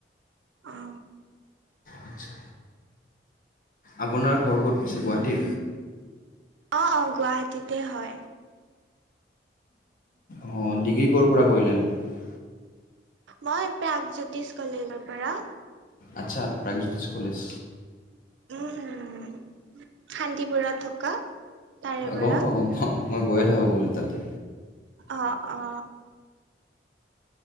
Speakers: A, on the right; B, on the left.
A: অ
B: আচ্ছা। আপোনাৰ ঘৰ ক'ত পিছে গুৱাহাটী।
A: অ অ গুৱাহাটীতে হয়।
B: অ ডিগ্ৰী কৰ পৰা কৰিলা নো
A: মই প্ৰাগজ্যোতিষ কলেজৰ পৰা
B: আচ্ছা প্ৰাইভচ চল্লিছ
A: উম উম শান্তিপুৰত থকা। তাৰে পৰা
B: গম পাওঁ গম পাওঁ মই গৈয়ে থাকোঁ বোলো তাতে
A: অ অ